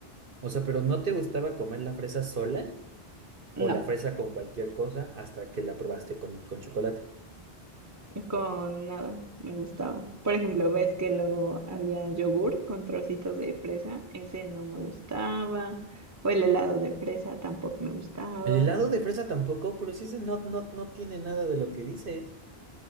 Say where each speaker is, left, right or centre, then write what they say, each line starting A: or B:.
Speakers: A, on the right; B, on the right.
A: o sea, pero ¿no te gustaba comer la fresa sola
B: No.
A: o la fresa con cualquier cosa hasta que la probaste con, con chocolate?
B: con nada, me gustaba. Por ejemplo, ves que luego había yogur con trocitos de fresa, ese no me gustaba, o el helado de fresa tampoco me gustaba.
A: El helado de fresa tampoco, pero sí ese no, no, no tiene nada de lo que dices.